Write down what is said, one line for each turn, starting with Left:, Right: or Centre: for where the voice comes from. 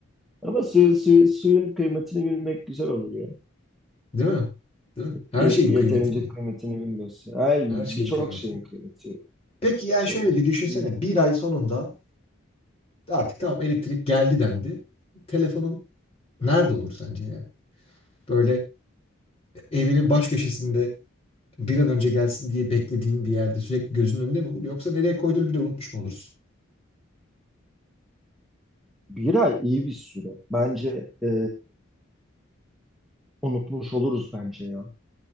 Centre: Ama su, su, suyun kıymetini bilmek güzel olur ya.
Left: değil mi? Değil mi? Her
Centre: Ye-
Left: şeyin
Centre: yeterince
Left: kıymetini.
Centre: kıymetini bilmiyorsun. Her
Left: Her
Centre: birçok
Left: şeyin kıymetini.
Centre: şeyin kıymeti
Left: Peki yani
Centre: şey
Left: şöyle
Centre: olacak.
Left: bir düşünsene.
Centre: Bir,
Left: Bir ay sonunda artık tamam elektrik geldi dendi. Telefonun nerede olur sence yani? Böyle evinin baş köşesinde bir an önce gelsin diye beklediğin bir yerde sürekli gözünün önünde mi olur? Yoksa nereye koyduğunu bile unutmuş mu olursun?
Centre: bir ay iyi bir süre. Bence e, unutmuş oluruz bence ya.